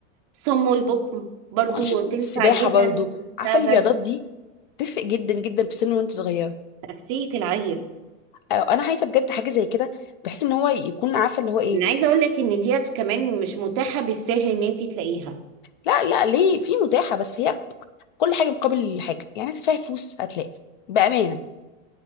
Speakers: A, on the right; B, on the left.
A: الصم والبكم برضو
B: وانشطه
A: تنفع
B: السباحه
A: جدا
B: برضه
A: في المستقبل
B: عارفه الرياضات دي تفرق جدا جدا في سن وانت صغيره
A: نفسية العيل
B: أو انا عايزه بجد حاجه زي كده بحيث ان هو يكون عارفه اللي هو ايه
A: انا عايزة اقول لك ان ديت كمان مش متاحة بالسهل ان انت تلاقيها
B: لا لا ليه في متاحه بس هي كل حاجه مقابل حاجه يعني هتدفعي فلوس هتلاقي بامانه